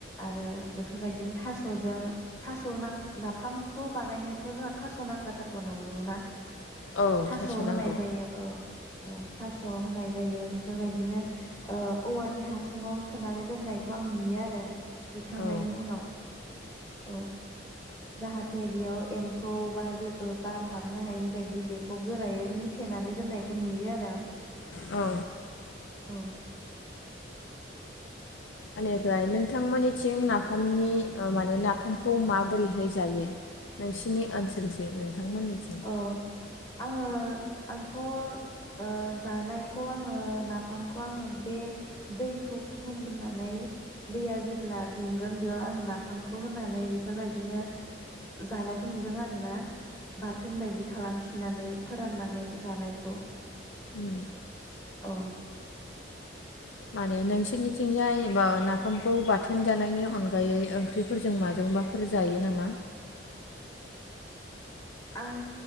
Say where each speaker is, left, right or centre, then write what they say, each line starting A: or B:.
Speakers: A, on the left; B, on the left.
A: आरो बेफोरबायदिनो थास'जों थास' नां नाफामखौ बानायनोथ' जों थास' नांखाथारगौ नंगौ ना?
B: औ
A: थास' होनाय
B: नांगौ
A: जायो औ औ थास' होनाय जायो। बेफोरबायदिनो ओ औवानि हासुङाव सोनानै दोननायखौ आं नुयो आरो। देखांनायनि
B: औ
A: उनाव औ जाहाथे बेयाव एम्फौ बा जेबो बार हाबनो हायि बायदि बेखौ गोरायै मुथेनानै दोननाय खौ नुयो आरो आं।
B: औ
A: औ
B: एनिफ्राय नोंथांमोननिथिं नाफामनि ओ माने नाफामखौ माबोरैहाय जायो? नोंसिनि ओनसोल थिं नोंथांमोननिथिं।
A: औ आङो आंथ' ओ जानायखौ आङो नाफामखौ आङो बे दैखौ फुदुंग्रोनानै दैया जेब्ला दुंगोन बेयाव आं नाफामखौ होनानै बेफोरबायदिनो जानायखौ नुदों आरो ना। बाथोन बायदि खालामफिननानै फोराननानै जानायखौ
B: उम
A: औ
B: माने नोंसोरनिथिंजाय बा नाफामखौ बाथोन जानायनि अनगायै ओंख्रिफोरजों माजोंबाफोर जायो नामा?
A: आं